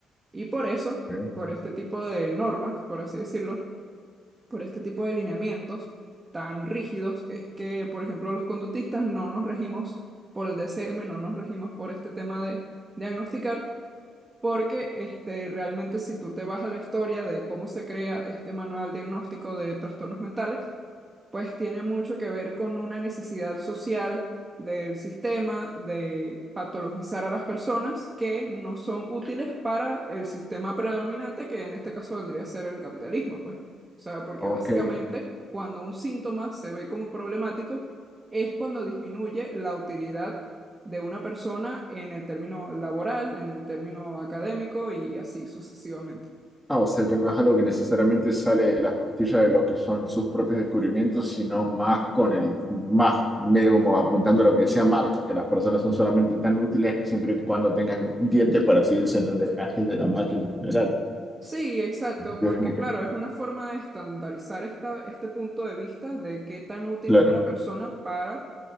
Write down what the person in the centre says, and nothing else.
Ok.
Ok.
Ah, o sea que no es algo que necesariamente sale de las costillas de lo que son sus propios descubrimientos, sino más con el más, medio como apuntando a lo que decía Marx, que las personas son solamente tan útiles siempre y cuando tengan dientes para seguir siendo engranajes de la máquina en general.
Es
como
que,
claro,